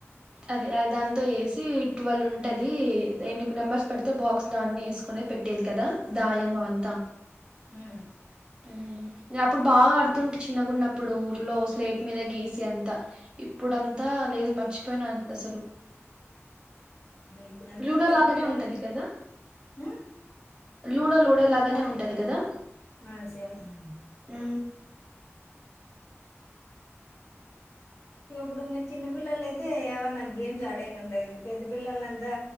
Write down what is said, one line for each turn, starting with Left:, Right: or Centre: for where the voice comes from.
Right: అదే అది దాంతో వేసి ట్యూవల్ ఉంటాది ఎన్ని నెంబర్స్ పడితే బాక్స్ లో అన్ని వేసుకొనీ పెట్ పేట్టేది కదా దాయము అంత
Left: మ్
Right: ఉ నేను అప్పుడు బాగా అడుతుంటి చిన్నగున్నప్పుడు ఊర్లో స్లేట్ మీద గీసి అంత ఇప్పుడు అంతా లేదు మర్చిపోయినా అసలు
Left: ఇప్పుడు అంతా
Right: లూడోలాగానే
Left: పెద్ద పిల్లలే
Right: ఉంటది కదా
Left: మ్మ్?
Right: లూడో లూడో లాగానే
Left: ఆ
Right: ఉంటది కదా
Left: ఆ సేమ్ మ్మ్.
Right: ఉ
Left: ఇం ఇప్పుడు ఇంకా చిన్న పిల్లల అయితే యవన్నా గేమ్స్ ఆడేకి ఉంటది ఇంకా పెద్ద పిల్లలంతా